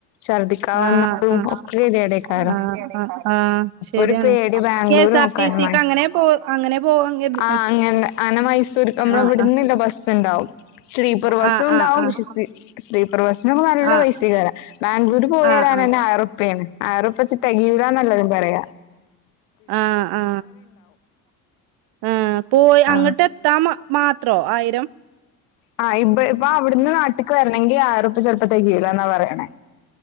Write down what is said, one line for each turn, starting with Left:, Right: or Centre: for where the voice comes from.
Left: ഛർദിക്കാ
Right: ആഹ്
Left: വന്നാലും
Right: ആഹ്
Left: ഒക്കെ ഗതിയേടേക്കാരം
Right: ആഹ് ആഹ് ആഹ് ശരിയാണ്
Left: ഒരു പേടി Bangalore
Right: K S
Left: നോക്കാന്
Right: R T സിക്ക്
Left: മനസ്
Right: അങ്ങനെ പോ അങ്ങനെ പോവാൻ കരുതി
Left: ആ അങ്ങനെ അങ്ങനെ മൈസൂർ നമ്മളവ്ടന്നില്ല
Right: ആഹ്
Left: ബസ് ഇണ്ടാവും. സ്ലീപ്പർ ബസ്സും
Right: ആഹ്
Left: ഉണ്ടാവും
Right: ആഹ് ആഹ്
Left: സ്ലീ സ്ലീപർ ബസ് ഇന്നൊക്കെ നല്ല
Right: ആഹ്
Left: പൈസയ്‌ക്കാരം ബാംഗ്ലൂര് പോയി
Right: ആഹ് ആഹ്
Left: വരാൻ
Right: ആഹ്
Left: തന്നെ ആയിരം റുപ്പയാണ് ആയിരം റുപ്പിയ തെകയുലാന്നാ എല്ലാരും പറയ
Right: ആ ആ ആ പോയി
Left: ആ
Right: അങ്ങട്ട് എത്താമ മാത്രോ ആയിരം
Left: ആ ഇപ്പ ഇപ്പൊ അവിടുന്ന് നാട്ട്ക്ക് വരണെങ്കി ആയിരൊർപ്പ്യ ചെലപ്പം തെകയുലാ ന്നാ പറയണേ